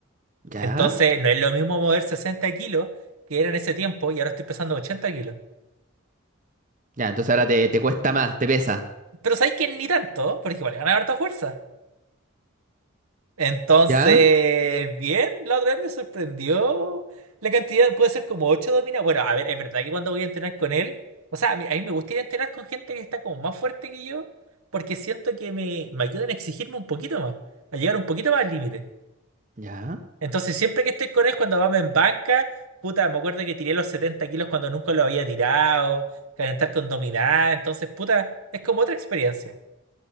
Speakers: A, on the right (about 35°); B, on the right (about 85°).
A: ¿Ya?
B: Entonces no es lo mismo mover 60 kilos que era en ese tiempo y ahora estoy pesando 80 kilos.
A: Ya, entonces ahora te, te cuesta más, te pesa.
B: Pero sabéis que ni tanto, porque igual ganar harta fuerza. Entonces,
A: ¿Ya?
B: bien, la otra vez me sorprendió la cantidad, puede ser como 8 dominadas. Bueno, a ver, es verdad que cuando voy a entrenar con él, o sea, a mí, a mí me gusta ir a entrenar con gente que está como más fuerte que yo, porque siento que me, me ayudan a exigirme un poquito más, a llegar un poquito más al límite.
A: ¿Ya?
B: Entonces, siempre que estoy con él, cuando vamos en banca, puta, me acuerdo que tiré los 70 kilos cuando nunca lo había tirado, calentar con dominada, entonces, puta, es como otra experiencia.